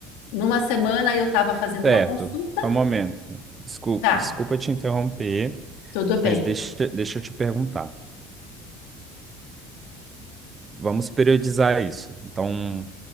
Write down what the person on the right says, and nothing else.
Certo.
Só Um momento. Desculpa,
desculpa te interromper,
mas deixa, deixa eu te perguntar. Vamos periodizar isso. Então,